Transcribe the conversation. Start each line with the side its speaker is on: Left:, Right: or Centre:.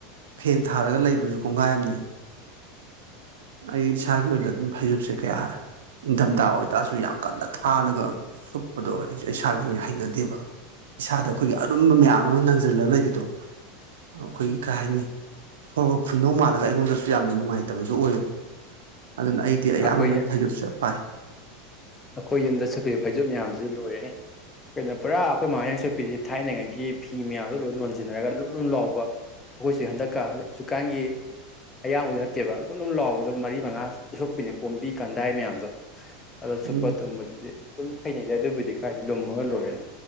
Right: ꯐꯦꯟ ꯊꯥꯔꯒ ꯂꯩꯕꯁꯨ ꯀꯣꯡꯒꯥꯏ ꯑꯃꯅꯤ ꯑꯩ ꯏꯁꯥꯒꯤ ꯑꯣꯏꯅ ꯑꯗꯨꯝ ꯐꯩꯖꯨꯕꯁꯦ ꯀꯌꯥ ꯏꯟꯊꯝꯊꯥ ꯑꯣꯏꯇꯥꯔꯁꯨ ꯌꯥꯝ ꯀꯟꯅ ꯊꯥꯅꯒ ꯁꯨꯞꯄꯗꯣ ꯏꯁꯥꯒꯤ ꯑꯣꯏꯅ ꯍꯩꯅꯗꯦꯕ ꯏꯁꯥꯗ ꯑꯩꯈꯣꯏꯒꯤ ꯑꯔꯨꯝꯕ ꯃꯌꯥꯝ ꯑꯃ ꯅꯟꯁꯤꯜꯂꯒ ꯂꯩꯕꯗꯣ ꯑꯩꯈꯣꯏꯒꯤ ꯀꯩ ꯍꯥꯏꯅꯤ ꯁꯣꯔꯒ ꯐꯨꯗꯧ ꯃꯥꯜꯂꯒ ꯑꯩꯉꯣꯟꯗꯁꯨ ꯌꯥꯝꯅ ꯅꯨꯡꯉꯥꯏꯇꯕꯗꯨ ꯑꯣꯏꯕ ꯑꯗꯨꯅ ꯑꯩꯗꯤ ꯑꯌꯥꯝꯕꯅ
Left: ꯑꯩꯈꯣꯏ
Right: ꯐꯩꯖꯨꯞꯁꯦ ꯄꯥꯏ
Left: ꯑꯩꯈꯣꯏ ꯌꯨꯝꯗ ꯁꯨꯞꯄꯤꯕ ꯐꯩꯖꯨꯞ ꯃꯌꯥꯝꯁꯨ ꯂꯣꯏꯔꯦ ꯀꯩꯅꯣ ꯄꯨꯔꯥ ꯑꯩꯈꯣꯏ ꯃꯃꯥꯏꯅ ꯁꯨꯄꯤꯁꯦ ꯊꯥꯏꯅꯉꯥꯏ ꯒꯤ ꯐꯤ ꯃꯌꯥꯝꯗꯣ ꯂꯣꯏ ꯂꯣꯟꯁꯤꯟꯅꯔꯒ ꯂꯨꯝ ꯂꯨꯝ ꯂꯥꯎꯕ ꯑꯩꯈꯣꯏꯁꯨ ꯍꯟꯗꯛꯀ ꯍꯧꯖꯤꯛꯀꯥꯟꯒꯤ ꯑꯌꯥꯡꯕꯩ ꯅꯠꯇꯦꯕ ꯑꯗꯨꯝ ꯑꯗꯨꯝ ꯂꯥꯎꯕꯗꯣ ꯃꯔꯤ ꯃꯉꯥ ꯆ ꯁꯣꯛꯄꯤꯅꯦ ꯄꯣꯝꯕꯤ ꯀꯟꯗꯥꯏ ꯃꯌꯥꯝꯗꯣ ꯑꯗꯣ
Right: ꯎꯝ
Left: ꯁꯨꯞꯄ ꯇꯨꯝꯕꯗꯨꯗꯤ ꯑꯗꯨꯝ ꯍꯩꯅꯩꯗ ꯑꯗꯨꯕꯨꯗꯤ ꯀꯥꯏꯗꯤ ꯂꯨꯝꯃꯒ ꯂꯣꯏꯔꯦꯅ